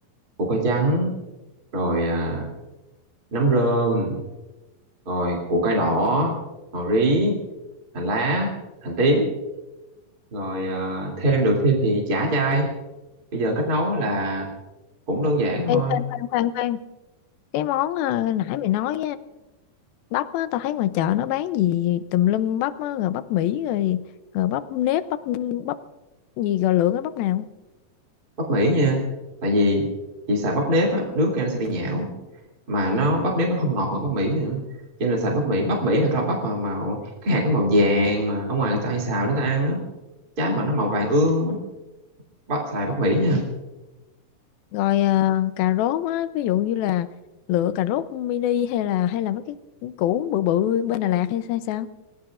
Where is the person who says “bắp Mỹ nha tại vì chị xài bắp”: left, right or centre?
Right